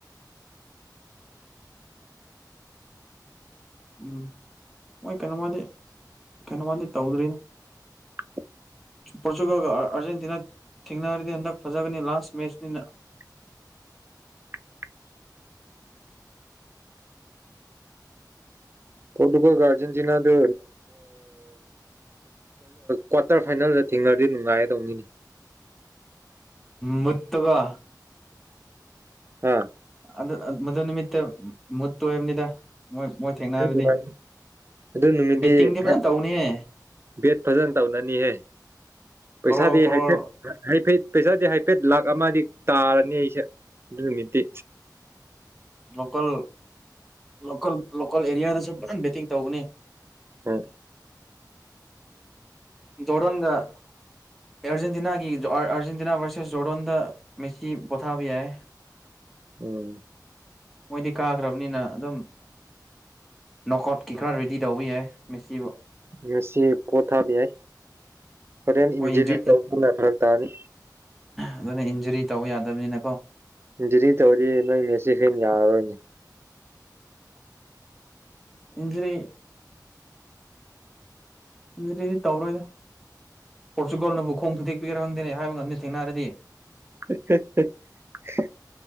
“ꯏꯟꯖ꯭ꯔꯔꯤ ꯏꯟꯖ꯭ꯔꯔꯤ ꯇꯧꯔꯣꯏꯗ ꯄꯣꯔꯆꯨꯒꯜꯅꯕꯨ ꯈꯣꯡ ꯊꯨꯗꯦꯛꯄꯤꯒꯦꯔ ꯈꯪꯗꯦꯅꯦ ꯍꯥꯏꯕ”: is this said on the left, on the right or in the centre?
Centre